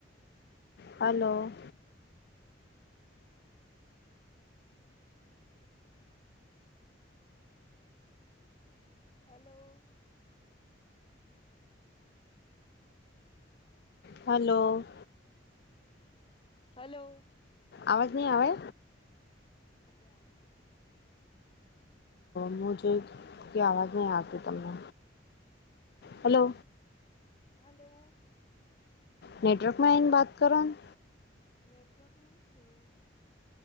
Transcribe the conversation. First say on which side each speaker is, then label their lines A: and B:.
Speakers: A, on the left; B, on the left.
A: hello
B: hello
A: hello
B: hello
A: અવાજ નહી આવે
B: અબેવેરી
A: મુજ કોઈ આવાજ નહીં આવતી તમને હેલો
B: હાલો
A: નેટવર્કમાં આવીન વાત કરોને
B: નેટવર્ક મે શું